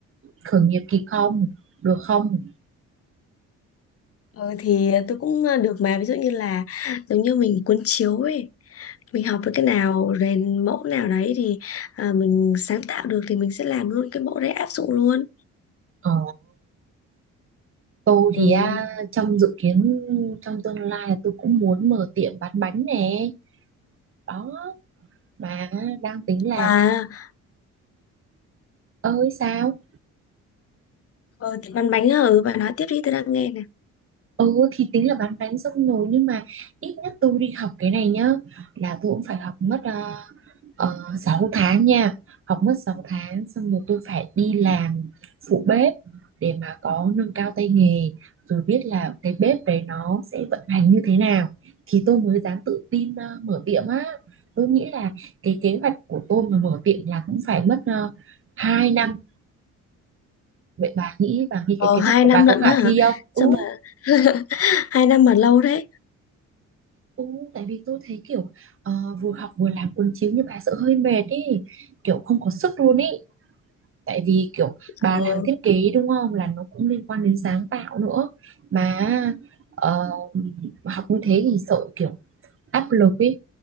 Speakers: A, on the right; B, on the left.
A: khởi nghiệp kịp không được không
B: ờ, thì tôi cũng ờ, được mà ví dụ như là giống như mình cuốn chiếu ấy mình học được cái nào rèn mẫu nào đấy thì à, mình sáng tạo được thì mình sẽ làm luôn cái mẫu đấy áp dụng luôn
A: ờ, tôi
B: ừ.
A: thì à, trong dự kiến trong tương lai là tôi cũng muốn mở tiệm bán bánh nè đó mà đang tính là
B: và
A: ơi sao
B: ờ, thì bánh bánh ở và nói tiếp đi tôi đang nghe nè
A: Ừ thì tính là bán bánh xong rồi nhưng mà ít nhất tôi đi học cái này nhá là tôi cũng phải học mất uh, 6 tháng nha học mất 6 tháng xong rồi tôi phải đi làm phụ bếp để mà có nâng cao tay nghề rồi biết là cái bếp đấy nó sẽ vận hành như thế nào thì tôi mới dám tự tin ờ, mở tiệm á tôi nghĩ là cái kế hoạch của tôi mà mở tiệm là cũng phải mất uh, 2 năm vậy bà nghĩ bà nghĩ
B: ờ
A: cái kế
B: hai
A: hoạch của
B: năm
A: bà
B: lận
A: có khả
B: hả
A: thi không? Ừ
B: sao mà <laughs> hai năm mà lâu đấy
A: Ừ, tại vì tôi thấy kiểu ờ, vừa học vừa làm cuốn chiếu như bà sợ hơi mệt ý kiểu không có sức luôn ý tại vì kiểu
B: ờ
A: bà làm thiết kế đúng không là nó cũng liên quan đến sáng tạo nữa mà ờ, học như thế thì sợ kiểu áp lực ý